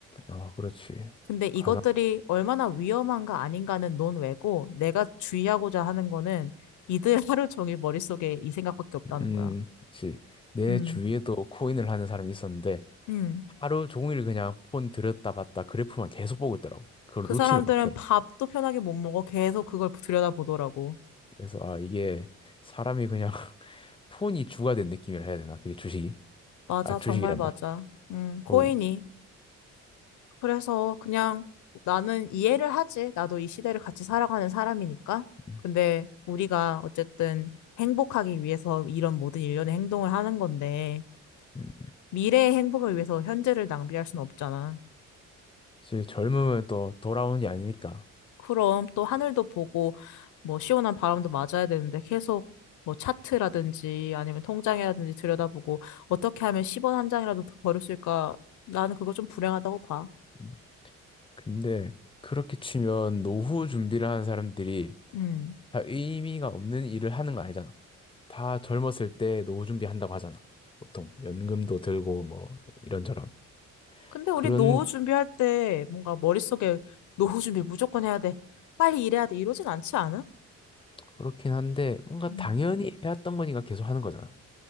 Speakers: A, on the left (about 15°); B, on the left (about 75°).
A: 아, 그렇지.
B: 근데 이것들이
A: 가장,
B: 얼마나 위험한가 아닌가는 논외고 내가 주의하고자 하는 거는 이들 <laughs> 하루 종일 머릿속에 이 생각밖에 없다는
A: 음,
B: 거야.
A: 그내
B: 음,
A: 주위에도 코인을 하는 사람이 있었는데,
B: 음.
A: 하루 종일 그냥 폰 들었다 봤다 그래프만 계속 보고 있더라고. 그걸
B: 그
A: 놓지를
B: 사람들은
A: 못해.
B: 밥도 편하게 못 먹어. 계속 그걸 들여다보더라고.
A: 그래서 아 이게 사람이 그냥 <laughs> 폰이 주가 된 느낌이라 해야 되나? 그게 주식이?
B: 맞아,
A: 아 주식이란다.
B: 정말 맞아. 음,
A: 코인.
B: 코인이 그래서 그냥 나는 이해를 하지. 나도 이 시대를 같이 살아가는 사람이니까.
A: 음,
B: 근데 우리가 어쨌든 행복하기 위해서 이런 모든 일련의 행동을 하는 건데,
A: 음.
B: 미래의 행복을 위해서 현재를 낭비할 순 없잖아.
A: 사실 젊음은 또 돌아오는 게 아니니까.
B: 그럼 또 하늘도 보고, 뭐 시원한 바람도 맞아야 되는데 계속 뭐 차트라든지 아니면 통장이라든지 들여다보고 어떻게 하면 10원 한 장이라도 더 벌을 수 있을까? 나는 그거 좀 불행하다고 봐.
A: 음, 근데 그렇게 치면 노후 준비를 하는 사람들이
B: 음.
A: 다 의미가 없는 일을 하는 거 아니잖아. 다 젊었을 때 노후 준비한다고 하잖아. 보통 연금도 들고 뭐 이런저런
B: 근데 우리
A: 그런
B: 노후 준비할 때 뭔가 머릿속에 노후 준비 무조건 해야 돼. 빨리 일해야 돼. 이러진 않지 않아?
A: 그렇긴 한데 뭔가
B: 음.
A: 당연히 해왔던 거니까 계속 하는 거잖아.